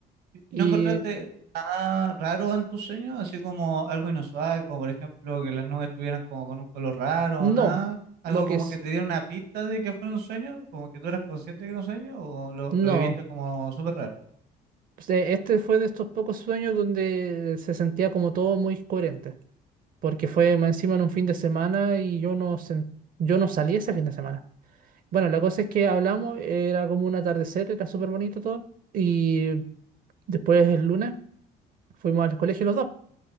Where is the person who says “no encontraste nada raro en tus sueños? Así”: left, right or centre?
Right